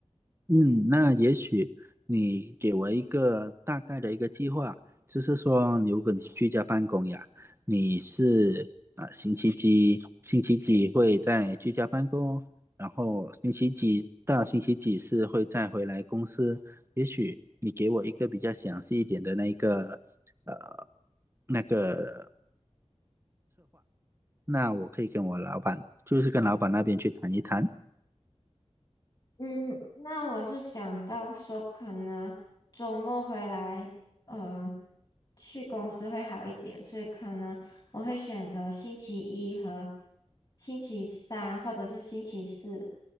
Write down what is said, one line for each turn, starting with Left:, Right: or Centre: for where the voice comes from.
Right: 嗯，那也许你给我一个大概的一个计划，就是说，如果你居家办公呀，你是啊、星期几星期几会在居家办公，然后星期几到星期几是会再回来公司。也许你给我一个比较详细一点的那一个呃那个，那我可以跟我老板，就是跟老板那边去谈一谈。
Left: 嗯，那我是想到说，可能周末回来，呃，去公司会好一点，所以可能我会选择星期一和星期三，或者是星期四